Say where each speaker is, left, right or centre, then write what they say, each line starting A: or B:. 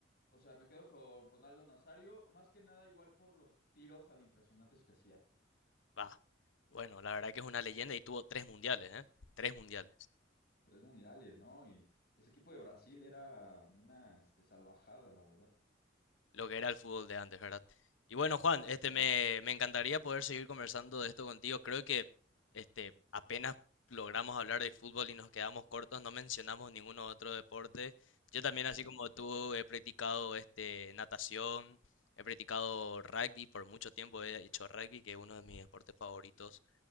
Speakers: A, on the left; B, on the left.
A: o sea, me quedo con Ronaldo Nazario, más que nada igual por los tiros tan impresionantes que hacía.
B: Va. Bueno, la verdad que es una leyenda y tuvo tres mundiales, ¿eh? Tres mundiales.
A: Tres mundiales, ¿no? Y ese equipo de Brasil era una, este, salvajada, la verdad.
B: lo que era el fútbol de antes, ¿verdad? Y bueno, Juan,
A: Exacto.
B: este me, me encantaría poder seguir conversando de esto contigo. Creo que este apenas logramos hablar de fútbol y nos quedamos cortos, no mencionamos ningún otro deporte. Yo también,
A: Exacto.
B: así como tú, he practicado este natación, he practicado rugby por mucho tiempo, he hecho rugby, que es uno de mis deportes favoritos,